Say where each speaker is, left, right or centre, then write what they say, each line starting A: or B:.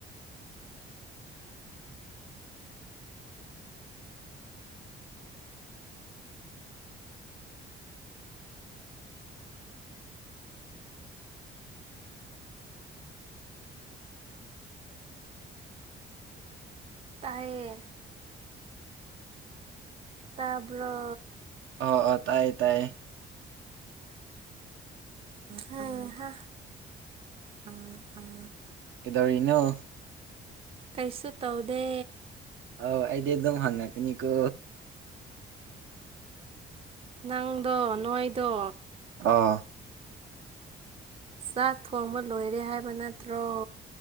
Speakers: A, on the right; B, on the right.
A: ꯇꯌꯦ ꯇꯥꯕꯔꯣ
B: ꯑꯣ ꯑꯣ ꯇꯥꯏꯌꯦ ꯇꯥꯏꯌꯦ
A: ꯍꯦ ꯍꯥ ꯎꯝ ꯎꯝ
B: ꯀꯩꯗꯧꯔꯤꯅꯣ
A: ꯀꯩꯁꯨ ꯇꯧꯗꯦ
B: ꯑꯥꯎ ꯑꯗꯤ ꯑꯗꯨꯝ ꯍꯉꯀꯛꯅꯤꯀꯣ
A: ꯅꯪꯗꯣ ꯅꯣꯏꯗꯣ
B: ꯑꯥ
A: ꯆꯥꯛ ꯊꯣꯡꯕ ꯂꯣꯏꯔꯦ ꯍꯥꯏꯕ ꯅꯠꯇ꯭ꯔꯣ